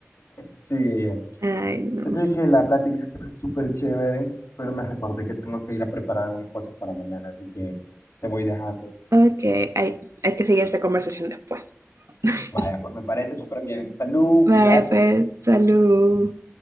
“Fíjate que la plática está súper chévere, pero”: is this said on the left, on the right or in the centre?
Left